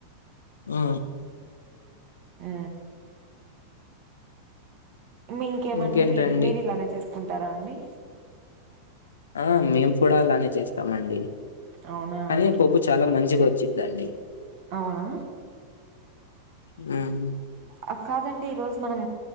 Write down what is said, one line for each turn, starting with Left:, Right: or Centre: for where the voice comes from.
Left: ఆ.
Right: ఆ. మీ ఇంకేమండి
Left: ఇంకేంటండి
Right: మీరు మీరు ఇలానే చేసుకుంటారా అండి.
Left: ఆ మేము కూడా అలానే చేస్తాము అండి
Right: అవునా
Left: కానీ
Right: అండి?
Left: పప్పు చాలా మంచి వంది. వచ్చిదండి.
Right: అవునా.
Left: హ్మ్.
Right: ఆ కాదండి ఈ రోజు మనం